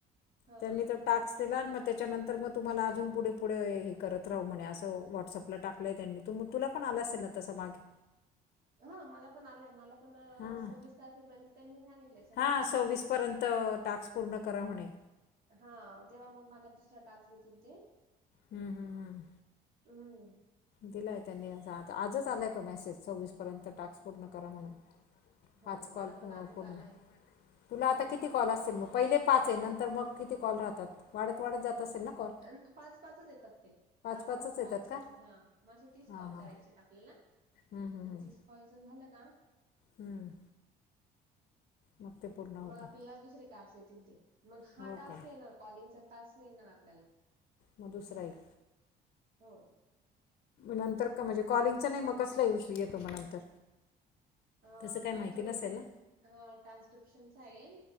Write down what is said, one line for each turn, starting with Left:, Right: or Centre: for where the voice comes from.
Right: हा
Left: त्यांनी तर- टाक्स दिला मग त्याच्यानंतर मग तुम्हाला अजून पुढे पुढे हे करत राहू म्हणे असं व्हॉट्सअपला टाक. दिलय त्यांनी तू तुला पण आला असेल ना तसं मागे.
Right: ह मला पण आलय हे मला प- पण
Left: हां
Right: सव्वीस तारखेपर्यंत त्यांनी सांगितले हे सव्वीस
Left: हां
Right: तारखेपर्यंत
Left: सव्वीसपर्यंत
Right: तुमचे.
Left: टास्क पूर्ण करा म्हणे
Right: हा तेव्हा मग मला दुसरा टास्क देतील ते.
Left: हम्म हम्म हम्.
Right: हम्म.
Left: दिलाय त्यांनी अस आताआजच आलाय तो मेसेज सव्वीस पर्यंत टास्क पूर्ण करा म्हणून.
Right: हो
Left: पाच कॉल
Right: मला
Left: पू
Right: पण आजच
Left: पूर्ण.
Right: आलाय
Left: तुला आता किती कॉल असेल मग पहिले पाच हे नंतर मग किती कॉल राहतात वाढत वाढत जात असेल ना. कॉल
Right: अ पाच पाचच येतात ते पाच
Left: पाचच
Right: पाच
Left: येतात
Right: कॉल्सच
Left: का
Right: हा. म असे तीस
Left: हां
Right: कॉल
Left: हां
Right: करायचेत आपल्याला
Left: हम्म हम्म
Right: मग
Left: हम्म
Right: तीस कॉलचं झालं का?
Left: हम्म, मग ते पूर्ण.
Right: मग
Left: होतं
Right: आपल्याला दुसरे टास्क येतील ते मग हा
Left: हो
Right: टास्क
Left: का
Right: नाही येणार कॉलिंगचा टास्क नाही येणार. आपल्याला
Left: मग दुसरा एक.
Right: हो
Left: नंतर का म्हणजे कॉलिंगचा नाही मग कसला येऊस येतो मग नंतर.
Right: आ
Left: तसं काय
Right: नंतर
Left: माहिती नसेल ना
Right: ट्रान्स्क्रिप्शनच आहे